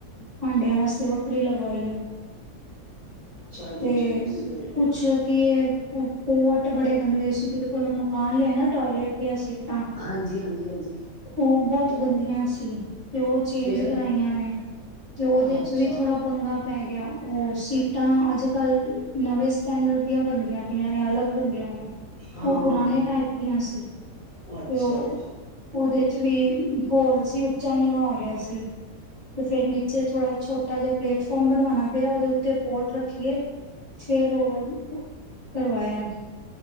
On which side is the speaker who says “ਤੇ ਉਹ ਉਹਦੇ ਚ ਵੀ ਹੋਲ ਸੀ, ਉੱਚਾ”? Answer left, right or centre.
Right